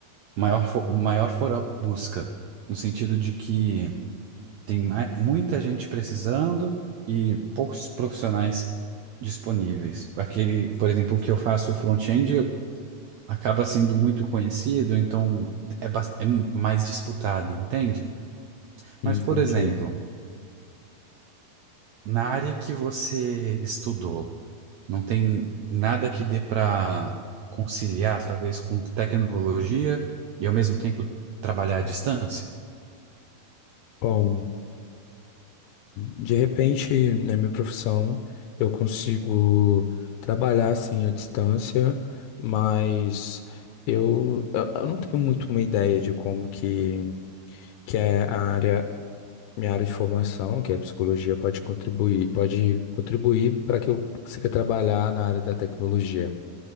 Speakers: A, on the right; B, on the left.
A: Maior, fo- maior for a busca, no sentido de que tem mai- muita gente precisando e poucos profissionais disponíveis. Aquele, por exemplo, que eu faço front-end eu- acaba sendo muito conhecido, então é, bas- é mais disputado, entende?
B: Entendi.
A: Mas, por exemplo, na área que você estudou, não tem nada que dê para conciliar, talvez, com tecnologia e ao mesmo tempo trabalhar à distância?
B: Bom, de repente, na minha profissão, eu consigo trabalhar, assim, à distância, mas eu, eu eu não tenho muito uma ideia de como que, que é a área minha área de formação, que é a psicologia, pode contribuir, pode contribuir para que eu consiga trabalhar na área da tecnologia.